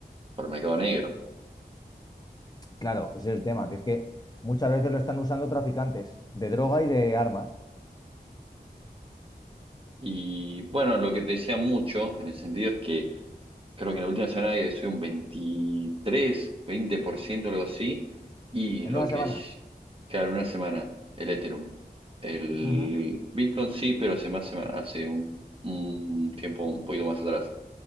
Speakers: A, on the right (about 35°); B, on the left (about 25°).
A: por mercado negro.
B: Claro, ese es el tema, que es que muchas veces lo están usando traficantes de droga y de armas
A: Y bueno, lo que te decía mucho en el sentido es que creo que en la última semana he subido un veintitrés veinte por ciento algo así, y
B: en
A: lo
B: una
A: que
B: semana.
A: es, claro, una semana, el Ethereum. El
B: Ujú,
A: Bitcoin sí, pero hace más semana, hace un, un tiempo un poquito más atrás.